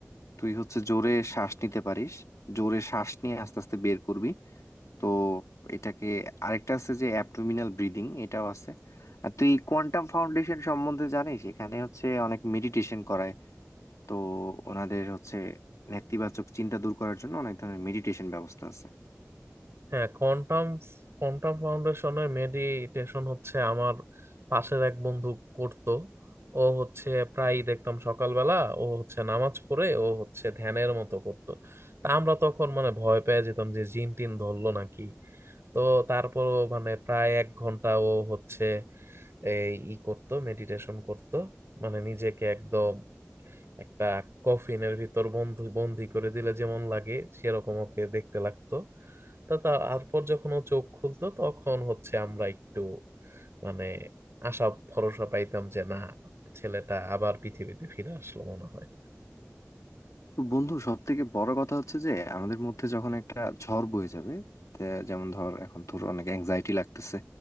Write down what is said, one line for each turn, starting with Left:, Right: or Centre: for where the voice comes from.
Left: তুই হচ্ছে জোরে শ্বাস নিতে পারিস জোরে শ্বাস নিয়ে আস্তে আস্তে বের করবি তো এটাকে আরেকটা আছে যে অ্যাবডোমিনাল ব্রিদিং এটাও আছে আর তুই কোয়ান্টাম ফাউন্ডেশন সম্বন্ধে জানিস এখানে হচ্ছে অনেক মেডিটেশন করায় তো ওনাদের হচ্ছে নেতিবাচক চিন্তা দূর করার জন্য অনেক ধরনের মেডিটেশন ব্যবস্থা আছে
Right: হ্যাঁ কোয়ান্টাম কোয়ান্টাম ফাউন্ডেশনের মেডিটেশন হচ্ছে আমার পাশের এক বন্ধু করত ও হচ্ছে প্রায় দেখতাম সকালবেলা ও হচ্ছে নামাজ পড়ে ও হচ্ছে ধ্যানের মতো করত তা আমরা তখন মানে ভয় পেয়ে যেতাম যে জিন টিন ধরলো নাকি তো তারপর মানে প্রায় এক ঘন্টা ও হচ্ছে এই ই করতো মেডিটেশন করত মানে নিজেকে একদম একটা কফিনের ভিতর বন্ধু বন্দি করে দিলে যেমন লাগে সেরকম ওকে দেখতে লাগতো তো তা- তারপর যখন ও চোখ খুলতো তখন হচ্ছে আমরা একটু মানে আশা ভরসা পাইতাম যে না ছেলেটা আবার পৃথিবীতে ফিরে আসলো মনে হয়
Left: তো বন্ধু সব থেকে বড় কথা হচ্ছে যে আমাদের মধ্যে যখন একটা ঝড় বয়ে যাবে তে যেমন ধর এখন তোর অনেক অ্যাংজাইটি লাগতেছে